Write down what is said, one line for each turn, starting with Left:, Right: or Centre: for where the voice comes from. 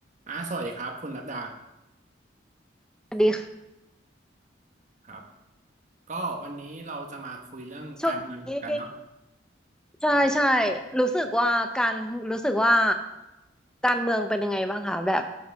Right: อ่าสวัสดีครับคุณนัดดา
Centre: สวัสดีค่ะ
Right: ครับก็วันนี้เราจะมาคุยเรื่องการเมืองกันเนาะ
Centre: ช่วงนี้ใช่ใช่รู้สึกว่าการรู้สึกว่าการเมืองเป็นยังไงบ้างคะแบบ